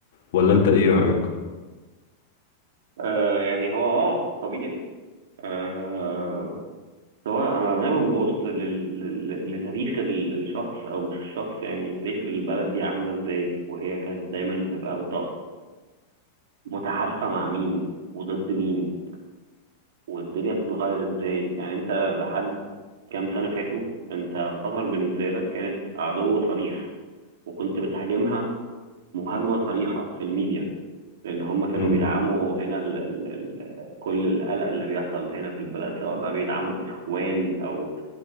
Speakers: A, on the left; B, on the right.
A: ولا انت ايه رأيك؟
B: آه، يعني هو اه طبيعي آه، سواء انا دايما ببص لل... لل- لتاريخ ال- الشخص او مش الشخص يعني تاريخ البلد دي عامله ازاي وهي كانت دايما بتبقى مت... متحالفه مع مين وضد مين والدنيا بتتغير ازاي يعني انت لحد كام سنه فاتوا انت قطر بالنسبه لك كانت عدو صريح وكنت بتهاجمها مهاجمه صريحه في الميديا لان هم كانوا
A: مم.
B: مم. بيدعموا هنا ال... ال... ال... كل القلق اللي بيحصل هنا في البلد سواء بقى بيدعموا الاخوان او